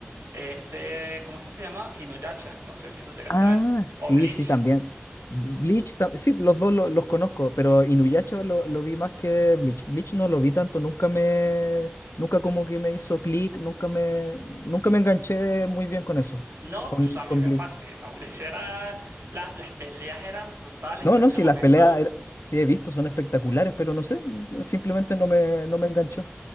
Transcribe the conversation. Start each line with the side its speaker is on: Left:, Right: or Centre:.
Right: este, ¿cómo es que se llama? Inuyasha, no sé si lo llegaste
Left: Ah,
Right: a ver,
Left: sí,
Right: o Bleach.
Left: sí, también. Bleach, tam- sí, los dos lo- los conozco, pero Inuyasha lo, lo vi más que Bleach. Bleach no lo vi tanto, nunca me, nunca como que me hizo clic, nunca me, nunca me enganché muy bien con eso,
Right: No,
Left: con,
Right: pues a mí
Left: con
Right: me
Left: Bleach.
Right: fascina, Bleach era, la- las peleas eran brutales
Left: No,
Right: para
Left: no,
Right: ese
Left: sí,
Right: momento,
Left: las peleas era- sí he visto, son espectaculares, pero no sé, simplemente no me, no me enganchó.